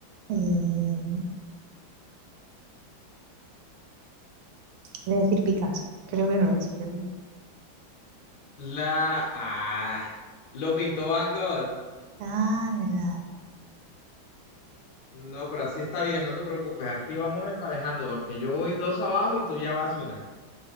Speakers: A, on the right; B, on the left.
A: eh, voy a decir Picasso, creo que no es, pero
B: La ah, lo pintó Van Gogh.
A: Ah, verdad.
B: No, pero así está bien, no te preocupes, así vamos emparejando, porque yo voy dos abajo y tú ya vas una.